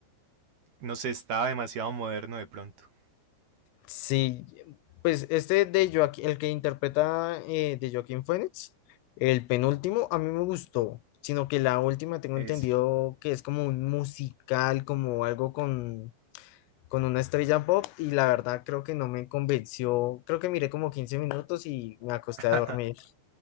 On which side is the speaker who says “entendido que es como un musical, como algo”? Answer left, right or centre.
Left